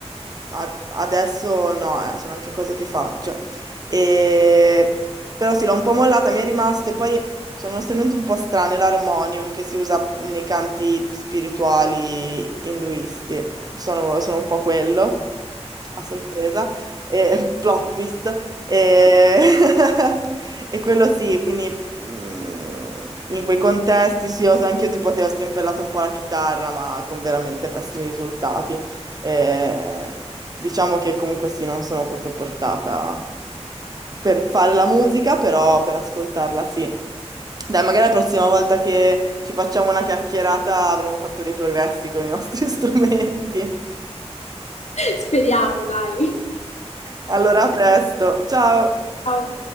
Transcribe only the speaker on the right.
ad- adesso no, eh, sono anche cose che faccio. E... Però sì, l'ho un po' mollata, mi è rimasto e poi sono uno strumento un po' strano, è l'armonium che si usa nei canti spirituali induisti. Sono, sono un po' quello, a sorpresa, e, <laughs> plot twist. E, <laughs> e quello sì, quindi mm, in quei contesti sì, ho, anche io tipo te ho strimpellato un po' la chitarra, ma con veramente pessimi risultati. E diciamo che comunque sì, non sono proprio portata per fare la musica, però per ascoltarla sì. Dai, magari la prossima volta che ci facciamo una chiacchierata avremo fatto dei progressi con i nostri <laughs> strumenti.
Allora, a presto. Ciao!